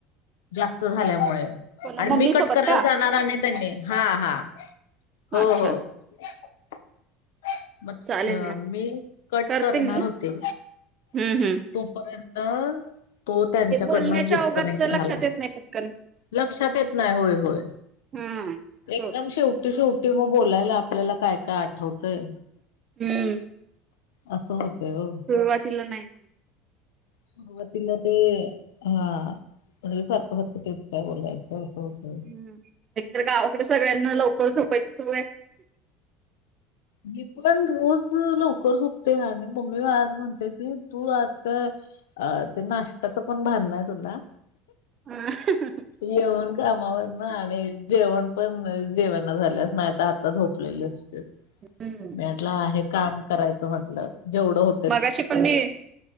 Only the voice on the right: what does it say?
हो ना
मम्मी
सोबत
का
अच्छा
चालेल
ना
करते
मी
हम्म हम्म
ते बोलण्याच्या
ओघात लक्षात
येत नाही पटकन
हा असं
होत
हम्म.
सुरुवातीला नाय
हम्म, एकतर गावाकड सगळ्यांना लवकर झोपायची सवय.
ह हम हम.
हं.
मागाशी पण मी